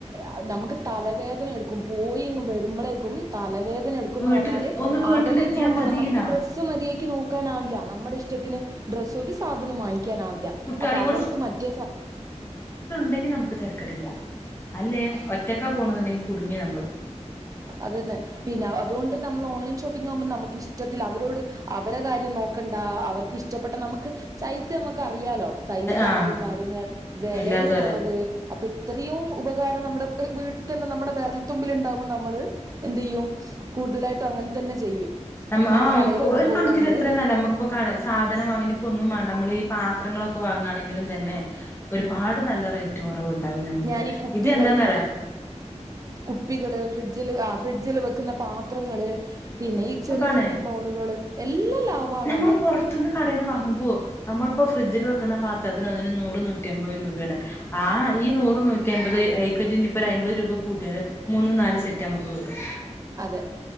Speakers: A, on the right; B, on the left.
A: അ നമുക്ക് തലവേദന എടുക്കുമ്പോ പോയി ഇങ് വരുമ്പളെക്കും തലവേ എടുക്കുന്ന്
B: വീട്ടിൽ
A: പറഞ്ഞാല്
B: ഒന്ന് വീട്ടിലെത്തിയാ
A: അവരെയും നോക്കണം
B: മതിന്നാവും
A: നമക്ക് ഡ്രസ്സും മതിഎയ്ക് നോക്ക് ക്കാനാവില്ല നമ്മുടെ ഇഷ്ടത്തിന് ഡ്രസ്സ് ഒരു സാധനും വാങ്ങിക ക്യാനാവില്ല
B: കുട്ടികളെയും
A: അപ്പൊ അവർക്ക് മറ്റേസ
B: ണ്ടെങ്കിൽ നമുക്ക് തെരക്കടില്ല അല്ലേ ഒറ്റക്കാ പോണ്ന്നുണ്ടെങ്കിൽ കുടുങ്ങി നമ്മള്
A: അത് തന്നെ പിന്നെ അതുകൊണ്ട് നമ്മ ള് ഓൺലൈൻ ഷോപ്പിംഗാവുമ്പോ നമുക്ക് ഇഷ്ടത്തിൽ അവരോട് അവരെ കാര്യം നോ നോക്കണ്ടാ അവർക്ക് ഇഷ്ടപ്പെട്ട നമ. മക്ക് സൈസ് നമുക്ക് അറിയാലോ സൈസ്
B: ആഹ്
A: ആയാലും കാര്യങ്ങൾ വെലയും
B: എല്ലാതും
A: കുറവ്
B: അറിയാം
A: അപ്പൊ ഇത്രയും ഉപകാരം നമ്മുടെ ത് വീട്ടിൽ തന്നെ നമ്മുടെ വിരൽത്തുമ്പിൽണ്ടാവും മ്മള് എന്ത്യ്യും കൂടുതലായിട്ടും അങ്ങൻ തന്നെ ചെയ്യും
B: ആഹ്
A: നമ്മൾ
B: നമുക്ക്
A: കടയിലൊന്നും
B: ഒരു
A: പോവാണ്ട്
B: കണക്കിൽ എത്രയും നല്ലത് നമുക്കിപ്പോ കട സാധനം വാങ്ങിയിപ്പോ ഒന്നും വേണ്ട നമ്മൾ ഈ. പാത്രങ്ങളൊക്കെ വാങ്ങുകയാണെങ്കിലും തന്നെ ഒരുപാട് നല്ല റേറ്റ്. കുറവണ്ടാവും നമുക്ക്
A: ഞാൻ ഈ കുപ്പികള്
B: ഇത് എന്താണെന്ന് അറിയോ?
A: കുപ്പികള് ഫ്രിഡ്ജില് ആഹ് ഫ്രിഡ്ജില് വെക്കുന്ന പാത്രങ്ങള് പിന്നെ ഈ ചെറിയ.
B: ആണ്
A: ചെറിയ ബൗളുകള് എല്ലാം ലാഭാണ്
B: നമ്മള്
A: അത്
B: പുറത്തെന്ന് കടയെന്ന് വാങ്ങുമ്പോ നമുക്കിയിപ്പോ. ഫ്രിഡ്ജിൽ വെക്കുന്ന പാത്രത്തിന് ഒന്നേ നൂറ് നൂറ്റമ്പത് രൂപയാണ് ആഹ് ഈ നൂറും നൂറ്റിമ്പത് ഇയാൾക്ക്. ഇവര് ഇനിയിപ്പോ അപത് രൂപ കൂട്ടിയാല് മൂന്നും നാലും സെറ്റ് നമുക്ക് കിട്ടും.
A: അതെ